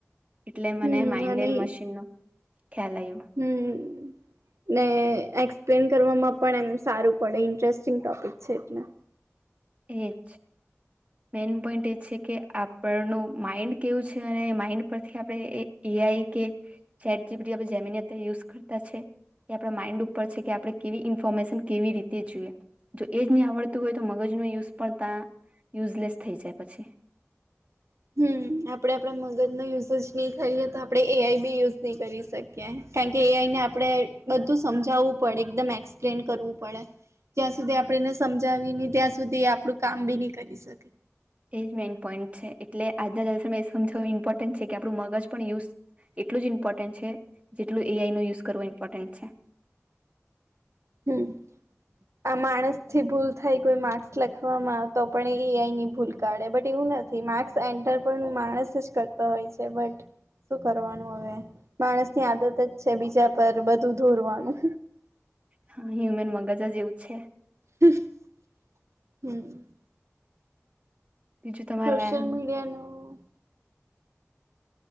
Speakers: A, on the right (about 25°); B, on the right (about 65°).
A: એટલે મને
B: હમ
A: માઇન્ડડ
B: અને
A: મશીન નો ખ્યાલ આવ્યો.
B: હમ. ને એક્સપ્લેન કરવામાં પણ એમ સારું પડે ઇન્ટરેસ્ટિંગ ટોપિક છે એટલે.
A: એ જ મેન પોઈન્ટ એ છે કે આપણનું માઈન્ડ કેવું છે, અને માઈન્ડ પરથી આપણે એ એઆઈ કે ચેટ જીપીટી આપણે જેમીની અત્યારે યુઝ કરતા છે. એ આપણા માઇન્ડ ઉપર છે કે આપણે કેવી ઇન્ફોર્મેશન કેવી રીતે જોઈએ. જો એજ નહી આવડતું હોય તો મગજ ન યુઝ પણ તા યુઝલેસ થઈ જાય પછી
B: હમ આપડે આપડા મગજ નો યુઝ જ નહી કરીએ તો આપડણે એઆઈ બી યુઝ નહી કરી શક કે કેમ કે એઆઈ ને આપણે બધું સમજાવવું પડે એકદમ એક્સપ્લેન કરવું પડે. જ્યાં સુધી આપણે એને સમજાવીએ નહી ત્યાં સુધી એ આપણું કામ બી નહી કરી શકે.
A: એજ મેઈન પોઈન્ટ છે, એટલે આજના દિવસમાં એ સમજું ઇમ્પોર્ટન્ટ છે, કે આપણું મગજ પણ યુઝ એટલું જ ઈમ્પોર્ન્ટ છે, જેટલું એ આઈ નો યુઝ કરવો ઇમપોર્ટન્ટ છે.
B: હમ. આ માણસ થી ભૂલ થાય કોઈ માર્ક્સ લખવામાં તો પણ એઆઈ ની ભૂલ કાઢે બટ એવું નથી. માર્ક્સ એન્ટર પણ માણસ જ કરતો હોય છે, બટ શું કરવાનું હવે માણસની આદત જ છે, બીજા પર બધું ધોરવાનું.
A: હા એમનુ મગજ જ એવું છે.
B: <inaudible> હમ
A: બીજું તમારા
B: સોશિયલ
A: એમ
B: મીડિયાનું